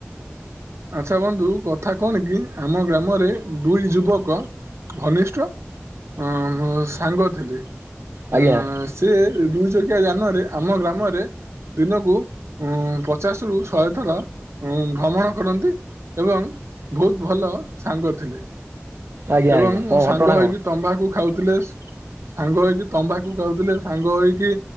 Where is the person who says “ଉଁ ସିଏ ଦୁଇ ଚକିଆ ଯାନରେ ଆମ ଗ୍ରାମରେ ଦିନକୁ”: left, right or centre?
Right